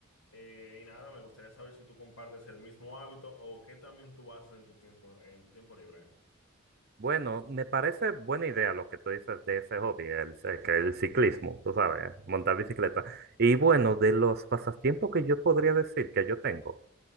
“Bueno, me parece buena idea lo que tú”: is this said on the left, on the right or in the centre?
Right